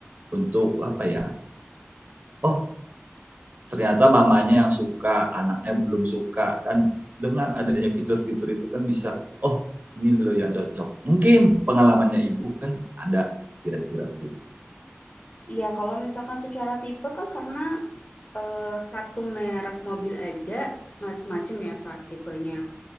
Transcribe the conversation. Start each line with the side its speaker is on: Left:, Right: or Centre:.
Right: untuk apa ya? Oh, ternyata mamanya yang suka, anaknya belum suka kan. Dengan adanya fitur-fitur itu kan bisa, oh, ini loh yang cocok. Mungkin pengalamannya ibu kan ada kira-kira begitu.
Left: Iya, kalau misalkan secara tipe kan karena Eee, satu merek mobil aja macem-macem ya, Pak, tipenya.